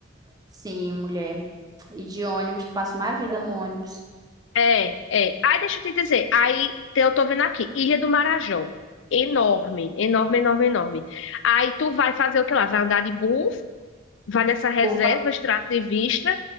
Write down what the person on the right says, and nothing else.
Sim, mulher. E de ônibus, tu passa uma vida no ônibus.
Vou